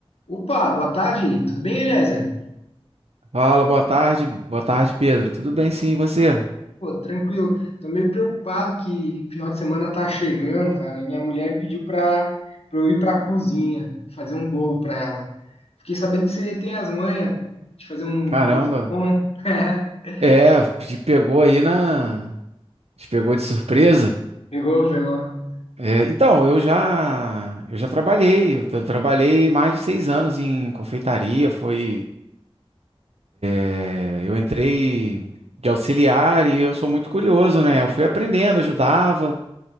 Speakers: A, on the left (about 75°); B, on the right (about 80°).
A: Opa, boa tarde, tudo bem, Eliezer?
B: Fala, boa tarde. Boa tarde, Pedro. Tudo bem, sim, e você?
A: Pô, tranquilo. Tô meio preocupado que final de semana tá chegando, cara. Minha mulher me pediu pra, pra eu ir pra cozinha fazer um bolo pra ela. Fiquei sabendo que você tem as manhas de fazer um
B: Caramba.
A: bolo bom. <laughs>
B: É, te pegou aí na. Te pegou de surpresa?
A: Pegou, pegou.
B: É, então, eu já. Eu já trabalhei. Eu tra- trabalhei mais de seis anos em confeitaria. Foi. é, eu entrei de auxiliar e eu sou muito curioso, né? Eu fui aprendendo, ajudava.